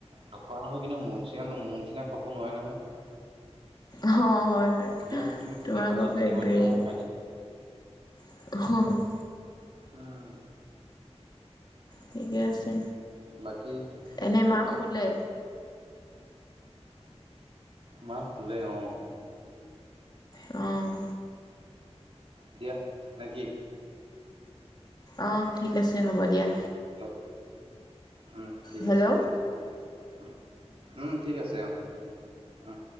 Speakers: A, on the right; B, on the left.
A: নোখোৱা নহয়, কিন্তু মোৰ নিচিনা, মোৰ নিচিনা খাব নোৱাৰে নহয়।
B: অ'! হয় বাৰু
A: মোক তুমি তিনি
B: তোমাৰ
A: সাঁজত
B: আকৌ,
A: তিনিবাৰ
B: ফেভৰেট।
A: দিলেও মই খাই দিম।
B: <unintelligible>
A: উম।
B: ঠিকে আছে।
A: বাকী?
B: এনে মা শুলে?
A: মা শুলে, অ'!
B: অ'!
A: দিয়া, নে কি?
B: অ'! ঠিক আছে, হ'ব দিয়া।
A: হেল্ল'? উম, ঠিক
B: হেল্ল'
A: আছে দিয়া। উম, উম। ঠিক আছে, অ'! উম।